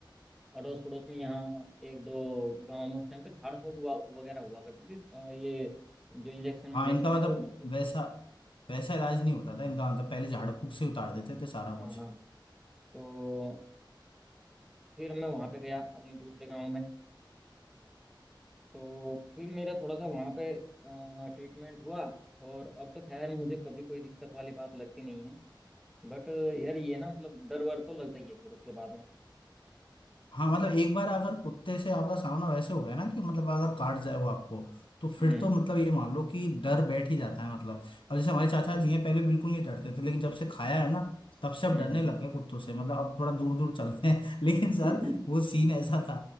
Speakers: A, in the centre; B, on the left.
A: अड़ोस पड़ोस में यहाँ एक दो गांव में उस टाइम पे झाड़ फूंक हुआ वगैरह हुआ करती थी अ, ये जो इंजेक्शन
B: हाँ
A: इंजेक्शन
B: इनका
A: है
B: मतलब
A: वो नहीं थे
B: वैसा वैसा इलाज नहीं होता था इनका मतलब पहले झाड़ फूक से उतार देते थे सारा
A: हाँ
B: कुछ
A: हाँ हाँ। तो फिर मैं वहां पे गया अपने दूसरे गांव में तो फिर मेरा थोड़ा सा वहाँ पे ट्रीटमेंट हुआ और अब तो खैर मुझे कभी कोई दिक्कत वाली बात लगती नहीं है बट यार ये ना मतलब डर वर तो लगता ही है फिर उसके बाद में
B: हाँ मतलब एक बार अगर कुत्ते से आपका सामना वैसे हो गया ना कि मतलब अगर काट जाए वो आपको तो फिर
A: हम्म
B: तो मतलब ये मान लो कि डर बैठ ही जाता है मतलब अब जैसे हमारे चाचा जी हैं पहले बिल्कुल नहीं डरते थे लेकिन जब से खाया है ना तब से अब
A: हम्म
B: डरने
A: हम्म
B: लग गए कुत्तों से मतलब अब थोड़ा दूर दूर चलते हैं <laughs> लेकिन
A: <laughs>
B: सर वो सीन ऐसा था